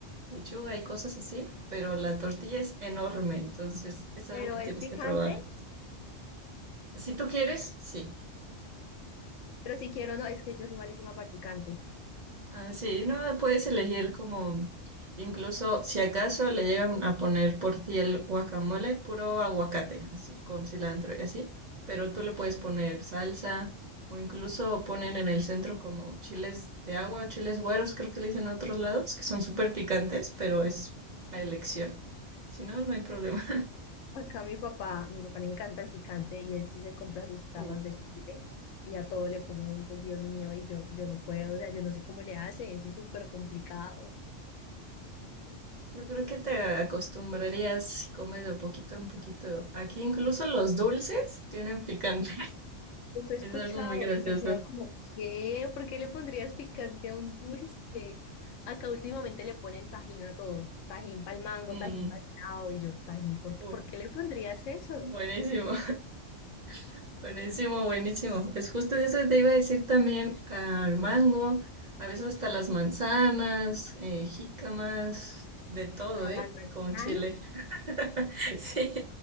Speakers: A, on the right (about 45°); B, on the left (about 80°).
A: lechuga y cosas así, pero la tortilla es enorme, entonces es
B: pero
A: algo que
B: es
A: tienes
B: picante.
A: que probar. Si tú quieres, sí,
B: Pero si quiero, no, es que yo soy malísima para el picante.
A: Ah, Sí, no puedes elegir como, incluso si acaso le llegan a poner por ti el guacamole, puro aguacate, así con cilantro y así, pero tú le puedes poner salsa o incluso ponen en el centro como chiles de agua, chiles güeros, creo que le dicen en otros lados, que son súper picantes, pero es a elección. Si no, no hay problema.
B: Acá mi papá, mi papá le encanta el picante y él sí se compra sus tarros
A: <laughs>
B: de
A: Uf.
B: chile y a todo le pone eso, Dios mío, y yo, yo no puedo, o sea, yo no sé cómo le hace, eso es súper complicado.
A: Yo creo que te acostumbrarías si comes de poquito en poquito. Aquí incluso los dulces tienen picante.
B: Eso he escuchado,
A: Es algo muy gracioso.
B: pero quedo como, ¿qué? ¿Por qué le pondrías picante a un dulce? Acá últimamente le ponen tajín a todo, tajín para el mango,
A: Mm,
B: tajín para el helado, y yo, tajín, ¿por,
A: uh,
B: por qué le pondrías eso?
A: buenísimo, <laughs> buenísimo, buenísimo. Pues justo de eso te iba a decir también al mango, a veces hasta las manzanas, eh, jícamas, de todo,
B: ¿A
A: ¿eh?
B: las manzanas?
A: Con chile. <laughs> Sí,